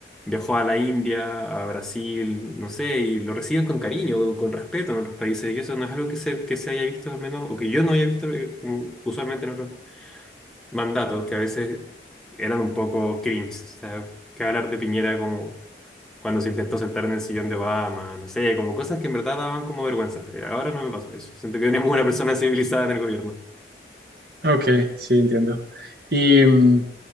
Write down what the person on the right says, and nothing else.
Ok, sí, entiendo. Y mm,